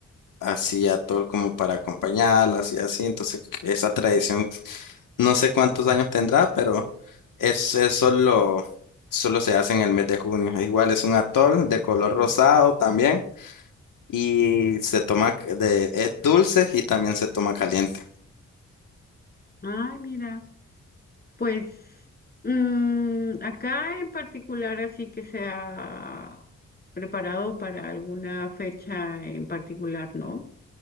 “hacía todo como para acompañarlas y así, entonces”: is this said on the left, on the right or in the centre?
Left